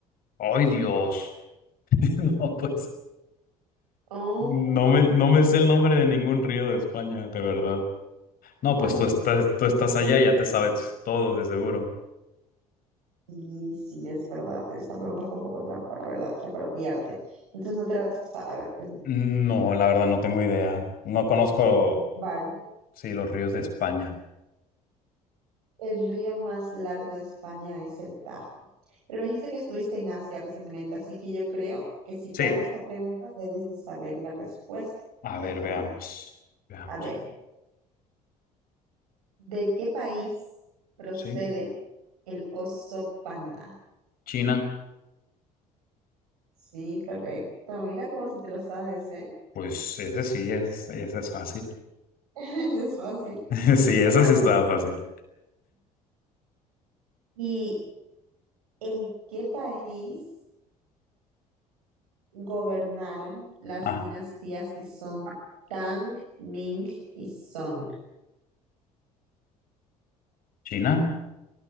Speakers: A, on the left; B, on the right.
A: ¡Ay, Dios! <laughs> No, pues
B: Oh,
A: no me, no me sé el nombre de ningún río de España, de verdad. No, pues
B: ay,
A: tú estás, tú estás allá, ya te sabes todo, de seguro.
B: sí, sí, es verdad. Esta pregunta fue un poco trampa, la verdad, fue para pillarte. Entonces no te la sabes. ¿no?
A: No, la verdad no tengo idea. No conozco,
B: Vale.
A: sí, los ríos de España.
B: El río más largo de España es el Tajo. Pero me dijiste que estuviste en Asia recientemente, así que yo creo que si te
A: Sí,
B: hago esta pregunta debes de saber la respuesta,
A: a
B: ya
A: ver,
B: que,
A: veamos. Veamos.
B: a ver, ¿de qué país procede
A: Sí,
B: el oso panda?
A: China.
B: Sí, correcto. Mira cómo si te lo sabes, ¿eh?
A: Pues ese sí es, ese es fácil.
B: <laughs> Eso es fácil.
A: <laughs> Sí, ese
B: Vale.
A: sí estaba
B: pues.
A: fácil.
B: ¿Y en qué país gobernaron las
A: Ah,
B: dinastías que son Tang, Ming y Song?
A: China.